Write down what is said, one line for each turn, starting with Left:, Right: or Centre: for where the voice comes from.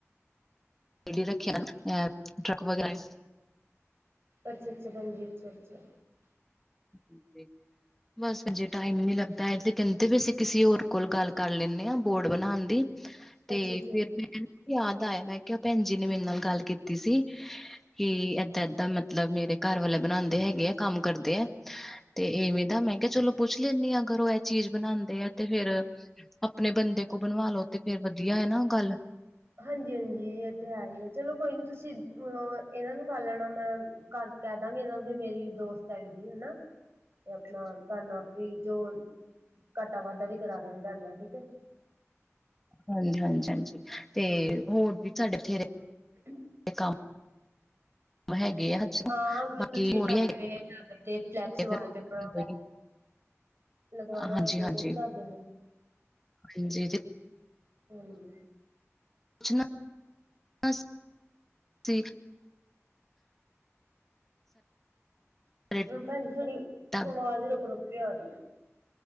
Centre: ਗਡੀ ਰੱਖਿਆ ਨਾ ਆ ਟਰੱਕ ਵਗੈਰਾ
Right: ਅੱਛਾ-ਅੱਛਾ ਭੈਣ ਜੀ ਅੱਛਾ-ਅੱਛਾ
Centre: <unintelligible> ਬਸ ਬੈਣ ਜੀ ਟਾਈਮ ਨੀ ਲੱਗਦਾ ਹੈ। ਇਹ ਤੇ ਕਹਿੰਦੇ ਵੀ ਅਸੀਂ ਕਿਸੇ ਹੋਰ ਕੋਲ ਗੱਲ ਕਰ ਲੈਂਦੇ ਹਾਂ ਬੋਰਡ ਬਣਾਉਣ ਦੀ ਤੇ
Right: ਅੱਛਾ ਅੱਛਾ
Centre: ਫਿਰ ਮੈਂ ਨਾ ਯਾਦ ਆਇਆ ਮੈਂ ਕਿਹਾ ਭੈਣ ਜੀ ਨੇ ਮੇਰੇ ਨਾਲ ਗੱਲ ਕੀਤੀ ਸੀ। ਕਿ ਏਦਾਂ-ਏਦਾਂ ਮਤਲਬ ਮੇਰੇ ਘਰ ਵਾਲੇ ਬਣਾਉਂਦੇ ਹੈਗੇ ਆ ਕੰਮ ਕਰਦੇ ਆ ਤੇ ਇਵੇਂ ਦਾ ਮੈਂ ਕਿਹਾ ਚਲੋ ਪੁੱਛ ਲੈਂਦੀ ਆ ਅਗਰ ਉਹ ਇਹ ਚੀਜ਼ ਬਣਾਉਂਦੇ ਆ ਤੇ ਫੇਰ ਆਪਣੇ ਬੰਦੇ ਕੋਲ ਬਣਵਾਲੋ ਤੇ ਫੇਰ ਵਧੀਆ ਹੈ ਨਾ ਗੱਲ
Right: ਹਾਂਜੀ ਹਾਂਜੀ ਇਹ ਤੇ ਹੈ ਹੀ ਹੈ। ਚਲੋ ਕੋਈ ਨੀ ਤੁਸੀਂ ਅ ਇਹਨਾਂ ਨੂੰ ਕਰ ਲੈਣਾ ਮੈਂ ਘਰ ਕਹਿ ਦਾਂਗੇ ਇਹ ਵੀ ਮੇਰੀ ਦੋਸਤ ਹੈਗੀ ਹਨਾ
Centre: <inaudible>
Right: ਤੇ ਆਪਣਾ ਤਾਨਾ ਆਪ ਹੀ ਜੋ ਘਾਟਾ ਵਾਧਾ ਵੀ ਕਰਾ ਦਾਂਗੇ ਧਾਰਨਾ ਠੀਕ ਹੈ।
Centre: ਹਾਂਜੀ-ਹਾਂਜੀ-ਹਾਂਜੀ ਤੇ ਹੋਰ ਵੀ ਸਾਡੇ ਬਥੇਰੇ
Right: <inaudible>
Centre: ਕੰਮ ਹੈਗੇ ਆ ਹਜੇ,
Right: ਹਾ ਬੋਤ
Centre: ਬਾਕੀ
Right: ਅੱਛੇ
Centre: ਹੋਰ
Right: ਢਾਬੇ
Centre: ਹੀ
Right: ਹੈਗੇ ਤੇ ਫਲੈਕਸ
Centre: ਆ
Right: ਵਾਲਪੇਪਰ
Centre: ਫਿਰ
Right: ਲਗਵਾਣਾ
Centre: ਹਾਂਜੀ
Right: ਹੋਏ ਤੇ
Centre: ਹਾਂਜੀ
Right: ਉਹ ਵੀ ਦੱਸ ਦੇਂਦੇ
Centre: ਹਾਂਜੀ ਤੇ
Right: ਹਮ
Centre: <unintelligible> ਸਾਡੇ
Right: ਭਾਜੀ ਥੋੜੀ
Centre: ਢਾਬੇ
Right: ਆਵਾਜ਼ ਰੁਕ-ਰੁਕ ਕੇ ਆ ਰਹੀ ਹੈ।